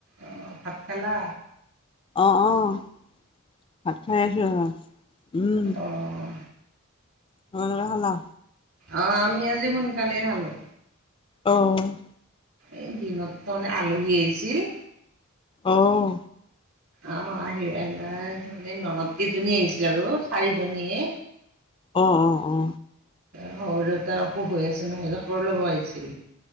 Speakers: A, on the right; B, on the left.
A: অ', ভাত খালা?
B: অ', অ' ভাত খাই আছো ৰবা। উ'ম।
A: অঁ
B: তোমালোকে খালা?
A: অ', আমি আজি সোনকালে খালো।
B: অ'।
A: এই দিনত তাৰমানে আলহী আহিছিল।
B: আহ
A: আহ আহি এলাই মানে ননত কেইজনী আহিছিল আৰু চাৰিজনীয়ে
B: অ- অ -অ
A: সৰু দেউতাৰ অসুখ হৈ আছে নহয় খৰ ল'ব আহিছিল